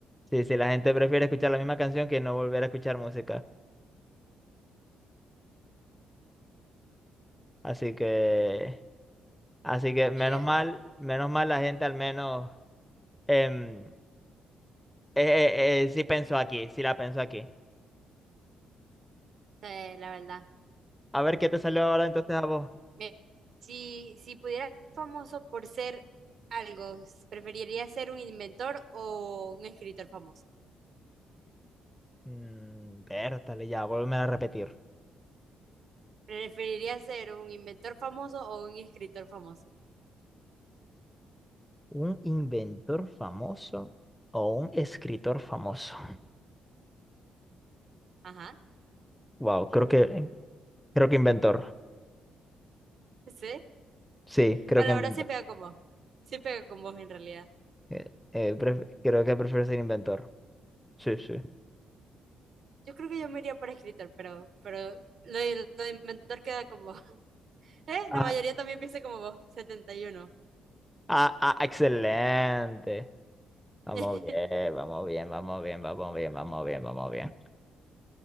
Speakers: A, in the centre; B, on the right.
A: Sí, sí, la gente prefiere escuchar la misma canción que no volver a escuchar música. Así que, así que menos
B: Mira,
A: mal, menos mal la gente al menos em, eh, eh, eh, sí pensó aquí, sí la pensó aquí.
B: sí, la verdad.
A: A ver, ¿qué te salió ahora entonces a vos?
B: Me- Si, si pudiera ser famoso por ser algo, ¿preferiría ser un inventor o un escritor famoso?
A: Mm, vértale ya, vuélveme a repetir.
B: ¿Preferiría ser un inventor famoso o un escritor famoso?
A: ¿Un inventor famoso o un escritor famoso?
B: Ajá,
A: Wow, creo que, creo que inventor.
B: <laughs> sí.
A: Sí, creo
B: Bueno,
A: que
B: la
A: inventor.
B: verdad sí pega con vos. Sí pega con vos en realidad.
A: Eh, eh, pref- creo que prefiero ser inventor. Sí, sí.
B: Yo creo que yo me iría por escritor, pero, pero lo, de- lo de inventor queda con vos. <laughs> ¿Eh?
A: Ah,
B: La mayoría también piensa como vos, 71.
A: ah, ah, excelente. Vamos
B: <laughs>
A: bien, vamos bien, vamos bien, vamos bien, vamos bien, vamos bien.